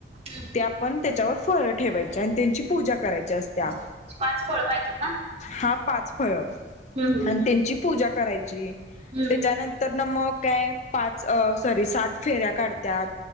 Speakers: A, on the right (about 35°); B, on the left (about 40°).
A: हम्म
B: ते आपण त्याच्यावर फळं ठेवायचे आणि त्यांची पूजा करायची ची असते
A: त्यांच्याकडे
B: आप
A: पाच फळ पाहिजेत ना
B: हां पाच फळं
A: हम्म
B: अन त्यांची पूजा करायची,
A: हम्म
B: त्याच्यानं तर ना मग काय, पाच सॉरी सात फेऱ्या काढतात,